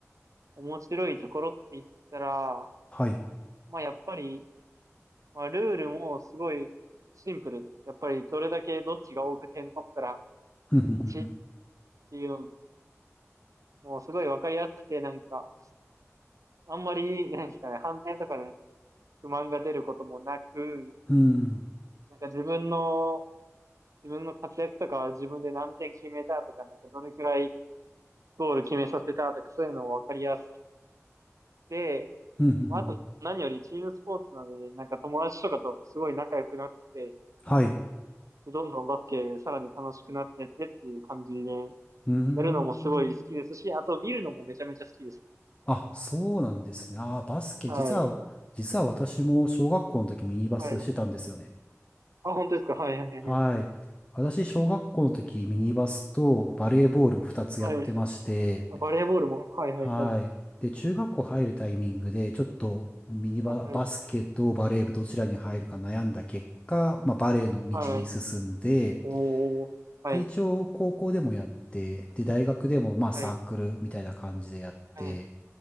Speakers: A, on the right; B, on the left.
A: 面白いところって言ったら、
B: はい。
A: まあ、やっぱり、まあ、ルールもすごいシンプル。やっぱり、どれだけどっちが多く点取ったら、
B: ふんふんふん
A: 勝ちっていうのもすごいわかりやすくて、なんか、あんまり、なんですかね、反転とかね、不満が出ることもなく、
B: ふん
A: なんか自分の、自分の活躍とかは自分で何点決めたとか、なんかどれくらいゴール決めさせたとか、そういうのもわかりやすくて、
B: ふんふんふんふん
A: まあ、あと何よりチームスポーツなので、なんか友達とかとすごい仲良くなって、
B: はい。
A: どんどんバスケさらに楽しくなってってっていう感じで、やるのもすごい好きですし、
B: うーん。
A: あと見るのもめちゃめちゃ好きですね。
B: あ、そうなんですね。あー、バスケ。
A: はい。
B: 実は、実は私も小学校の時ミニバスしてたんですよね。
A: はい。あ、本当ですかはいはいはいは
B: はい。私、小学校の時ミニバスとバレーボール2つやってまして、
A: い。はい。あバレーボールも。はいはいはい。
B: はい。で、中学校入るタイミングで、ちょっとミニバ、
A: はい。
B: バスケとバレー部どちらに入るか悩んだ結果、まあ、バレーの道に進んで、
A: はい。おー。はい。
B: で、一応高校でもやって、で、大学でもまあサークルみたいな感じでやって、
A: はい。はい。